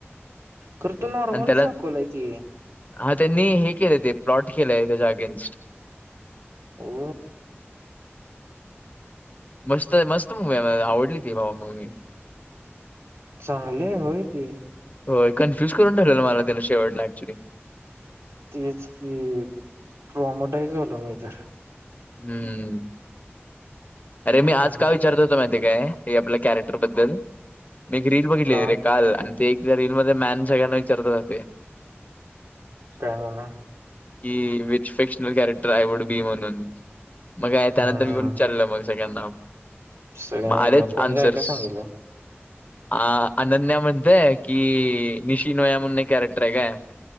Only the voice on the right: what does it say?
खर तो नॉर्मलच
दाखवल आहे की.
हो.
चांगली हाय व्हय ती?
तेच कि ट्रोमोटाई झा झालो मी तर.
त्यांचे
का
काय हो ना.
हम्म
हम्म
सगळ्यांना
कोणी
काय काय सांगितलं